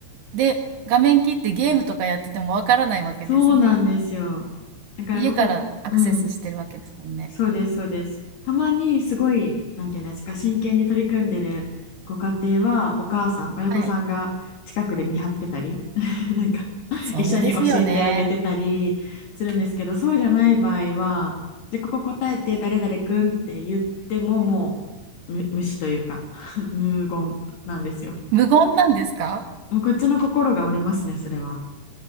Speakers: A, on the right; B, on the left.
A: で、画面切ってゲームとかやっててもわからないわけですね。
B: そうなんですよ。だからここ、
A: 家からアクセスしてるわけですもんね。
B: うん、そうです、そうです。たまにすごい、なんていうんですか、真剣に取り組んでるご家庭は、お母さん、親御さんが近くで見張ってたり、
A: はい。
B: <laughs> なんか、
A: そうですよね。
B: 一緒に教えてあげてたりするんですけど、そうじゃない場合は、で、ここ答えて、誰々くんって言っても、もう、む、無視というか、<laughs> 無言なんですよ。
A: 無言なんですか？
B: もうこっちの心が折れますね、それは。